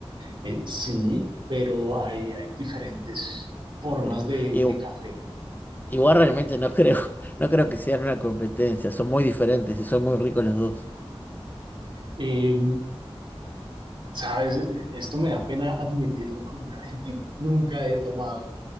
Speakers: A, on the right; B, on the left.
A: Eh, sí, pero hay, hay diferentes formas
B: Eh,
A: de,
B: igu-
A: de café.
B: igual realmente no creo, <laughs> no creo que sean una competencia. Son muy diferentes y son muy ricos los dos.
A: Eh, sabes, esto me da pena admitirlo con un argentino. Nunca he tomado